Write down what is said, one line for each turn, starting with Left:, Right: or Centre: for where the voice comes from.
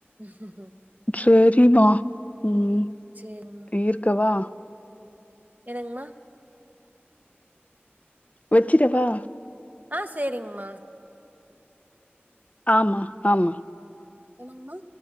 Right: சூப்பர்
Left: சேரிம்மா ம்
Right: சேங்
Left: இருக்கவா
Right: என்னங்மா
Left: வச்சிடவா?
Right: <inaudible> ஆ சேரிங்மா
Left: ஆமா ஆமா
Right: என்னங்மா